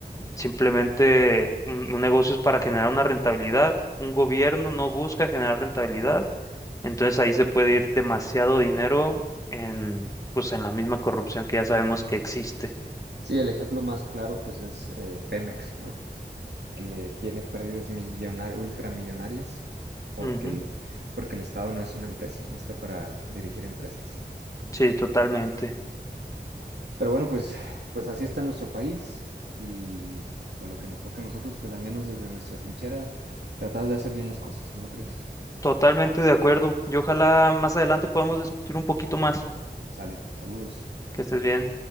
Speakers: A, on the left; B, on the right.
A: simplemente un, un negocio es para generar una rentabilidad, un gobierno no busca generar rentabilidad entonces ahí se puede ir demasiado dinero en, pues, en la misma corrupción que ya sabemos que existe.
B: Sí, el ejemplo más claro pues es eh, Pemex, ¿no? Que tiene pérdidas millonar, ultramillonarias porque
A: Ujú.
B: el, porque el Estado no es una empresa, no está para dirigir empresas.
A: Sí, totalmente.
B: Pero bueno, pues, pues así está nuestro país y pues lo que nos toca a nosotros, pues al menos desde nuestra tinchera, tratar de hacer bien las cosas, ¿no lo crees?
A: Totalmente de acuerdo. Y ojalá más adelante podamos discutir un poquito más.
B: Sale, saludos.
A: Que estés bien.